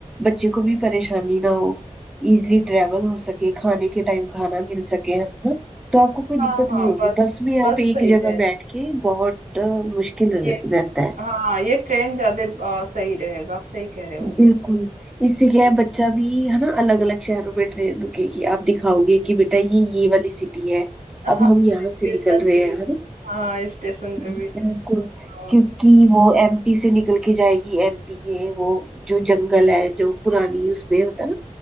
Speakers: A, in the centre; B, on the right.
A: बच्चे को भी परेशानी ना हो इजली ट्रेवल हो सके खाने के टाइम खाना मिल सके है ना तो आपको कोई
B: हाँ
A: दिक्कत
B: हाँ
A: नहीं होगी
B: बस
A: बस में
B: बस
A: आप एक
B: सही
A: जगह
B: रहेगा
A: बैठ के बहुत अ, मुश्किल रह-
B: ये
A: रहता है
B: हाँ ये ट्रेन ज्यादा अ, सही रहेगा आप सही कह रहे हो
A: बिल्कुल इससे
B: हाँ
A: क्या है बच्चा भी है ना अलग अलग शहरों में ट्रेन रुकेगी आप दिखाओगे कि बेटा ये ये वाली सिटी है
B: हाँ,
A: अब हम यहाँ
B: स्टेशन
A: से निकल रहे
B: पे
A: हैं है ना
B: हाँ स्टेशन
A: बिल्कुल
B: पे भी अ,
A: क्योंकि वो एमपी से निकल के जाएगी एमपी के वो जो जंगल है जो पुरानी उसमें होता है ना